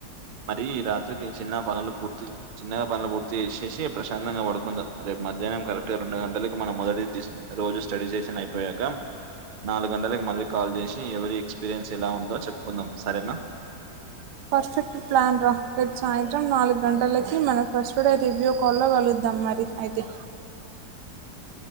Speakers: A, on the right; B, on the right.
A: మరి ఈ రాత్రికి చిన్న పనులు పూర్తి చెసి చిన్నగా పనులు పూర్తి చేసి చేసి ప్రశాంతంగా పడుకుందాం రే మధ్యాహ్నం కరెక్ట్ గా రెండు గంటలకి మనం మొదటి రోజు స్టడీ చేసిన్ అయిపోయాక నాలుగు గంట కాల్ చేసి ఎవరి ఎక్స్పీరియన్స్ ఎలా ఉందో చెప్పుకుందాం సరేనా
B: పర్ఫెక్ట్ ప్లాన్ రా రేపు సాయంత్రం నాలుగు గంటలకి మన ఫస్ట్ రివ్యూ కాల్లో కలు ద్దామ్ మరి అయితే